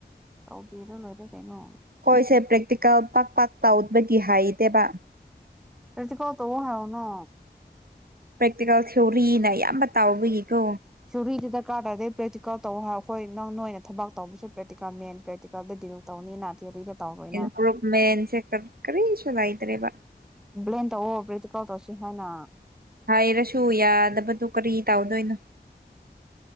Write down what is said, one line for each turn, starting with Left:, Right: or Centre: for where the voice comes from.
Centre: ꯇꯧꯕꯤꯔꯣ ꯂꯣꯏꯔꯦ ꯀꯩꯅꯣ
Right: ꯈꯣꯏꯁꯦ ꯄ꯭ꯔꯦꯛꯇꯤꯀꯦꯜ ꯄꯥꯛ ꯄꯥꯛ ꯇꯥꯎꯠꯕꯒꯤ ꯍꯥꯏꯗꯦꯕ
Centre: ꯄꯔꯇꯤꯀꯣꯜ ꯇꯧꯑꯣ ꯍꯥꯏꯅ
Right: ꯄ꯭ꯔꯦꯛꯇꯤꯀꯦꯜ ꯊꯤꯑꯣꯔꯤꯅ ꯑꯌꯥꯝꯕ ꯇꯥꯎꯕꯒꯤꯀꯣ
Centre: ꯎꯍꯤꯒꯤ ꯗꯔꯀꯥꯔ ꯇꯥꯗꯦ ꯄ꯭ꯔꯦꯛꯇꯤꯀꯜ ꯇꯧ ꯍꯥꯏ ꯑꯩꯈꯣꯏ ꯅꯪ ꯅꯣꯏ ꯊꯕꯛ ꯇꯧꯕꯁꯨ ꯄ꯭ꯔꯦꯛꯇꯤꯀꯦꯜ ꯃꯦꯟ ꯄ꯭ꯔꯦꯛꯇꯤꯀꯜꯗ ꯗꯤꯜ ꯇꯧꯅꯤꯅ ꯊꯤꯔꯤꯗ ꯇꯩꯅ
Right: ꯏꯝꯄ꯭ꯔꯨꯚꯃꯦꯟꯁꯦ ꯀꯔꯤꯁꯨ ꯂꯩꯇ꯭ꯔꯦꯕ
Centre: ꯕꯂꯦꯝ ꯇꯧꯑꯣ ꯄ꯭ꯔꯤꯇꯤꯀꯜ ꯇꯧꯁꯤ ꯍꯥꯏꯅ
Right: ꯍꯥꯏꯔꯁꯨ ꯌꯥꯗꯕꯗꯨ ꯀꯔꯤ ꯇꯧꯗꯣꯏꯅꯣ